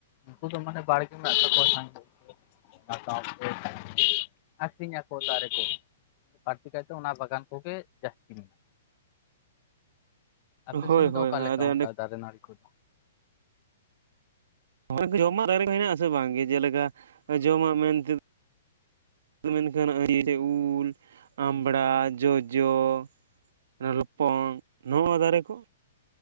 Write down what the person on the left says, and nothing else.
ᱩᱝᱠᱩ ᱫᱚ ᱢᱟᱱᱮ ᱵᱟᱲᱜᱮ ᱢᱮᱱᱟᱜ ᱛᱟᱠᱚᱣᱟ ᱥᱟᱸᱜᱮ ᱜᱮ᱾ <unintelligible> ᱟᱠᱷᱤᱧᱟᱠᱚ ᱫᱟᱨᱮ ᱠᱚ᱾ ᱵᱟᱹᱲᱛᱤ ᱠᱟᱭᱛᱮ ᱚᱱᱟ ᱵᱟᱜᱟᱱ ᱠᱚᱜᱮ ᱡᱟᱹᱥᱛᱤ ᱢᱮᱱᱟᱜᱼᱟ, ᱟᱯᱮ
ᱥᱮᱱ
ᱫᱚ ᱚᱠᱟ ᱞᱮᱠᱟ
ᱚᱱᱠᱟ ᱫᱟᱨᱮ ᱱᱟᱹᱲᱤ ᱠᱚᱫᱚ?